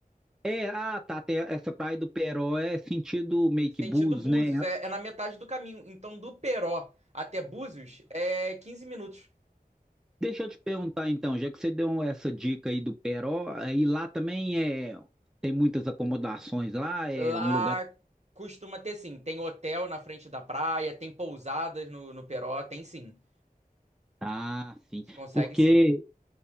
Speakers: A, in the centre; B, on the right.
A: É, ah, tá, até essa praia do Peró é sentido meio
B: Sentido
A: que Búzios,
B: Búzios,
A: né?
B: é, é na metade do caminho. Então, do Peró até Búzios é 15 minutos.
A: Deixa eu te perguntar então, já que você deu essa dica aí do Peró, aí lá também é tem muitas acomodações lá, é
B: Lá
A: um lugar.
B: costuma ter sim. Tem hotel na frente da praia, tem pousadas no, no Peró, tem sim.
A: Ah, sim.
B: Você consegue
A: Porque
B: sim.